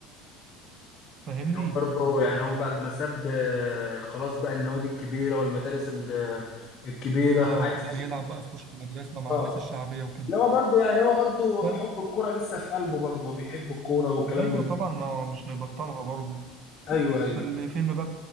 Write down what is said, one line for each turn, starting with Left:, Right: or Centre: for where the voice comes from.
Right: فاهمني؟
Left: يعني هو برضه يعني هو بعد ما ساب آه، خلاص بقى النوادي الكبيرة والمدارس ال- آه، الكبيرة
Right: اه
Left: عايز
Right: بقى يلعب بقى في حوش المدرسة مع
Left: اه
Right: الناس الشعبية وكده
Left: اللي هو برضه يعني هو برضه
Right: فال-
Left: حب الكورة لسه في قلبه برضه هو بيحب الكورة وكلام
Right: ايوه
Left: من
Right: طبعا ما مش هيبطلها برضه
Left: ايوه ايوه
Right: فالفيلم بقى